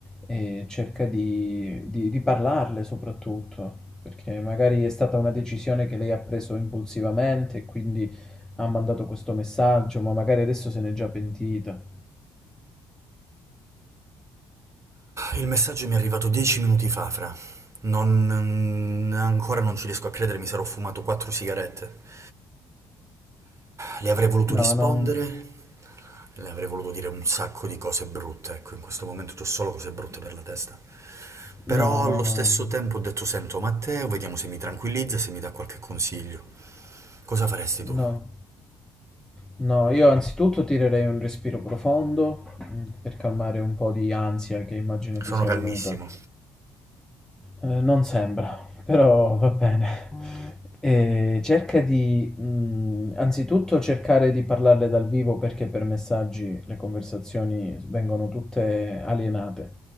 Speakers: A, in the centre; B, on the right.
A: e cerca di, di- di parlarle soprattutto, perché magari è stata una decisione che lei ha preso impulsivamente e quindi ha mandato questo messaggio, ma magari adesso se n'è già pentita.
B: Il messaggio mi è arrivato dieci minuti fa, fra. Non... mm, ancora non ci riesco a credere, mi sarò fumato quattro sigarette. Le avrei voluto
A: No,
B: rispondere,
A: no,
B: le avrei voluto dire un sacco di cose brutte, ecco, in questo momento ho solo cose brutte per la testa. Però
A: no, no,
B: allo
A: no.
B: stesso
A: no.
B: tempo ho detto, sento Matteo, vediamo se mi tranquillizza, se mi dà qualche consiglio. Cosa faresti tu?
A: No, no, io anzitutto tirerei un respiro profondo mm, per calmare un po' di ansia che immagino
B: Sono
A: ti sia
B: calmissimo.
A: venuta. Eh, non sembra, però va bene. E cerca di, mm, anzitutto cercare di parlarle dal vivo perché per messaggi le conversazioni vengono tutte alienate.